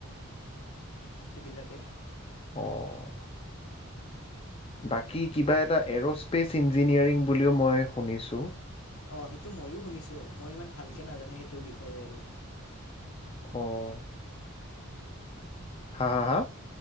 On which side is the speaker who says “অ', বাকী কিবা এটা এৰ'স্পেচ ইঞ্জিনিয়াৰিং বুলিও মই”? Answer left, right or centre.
Left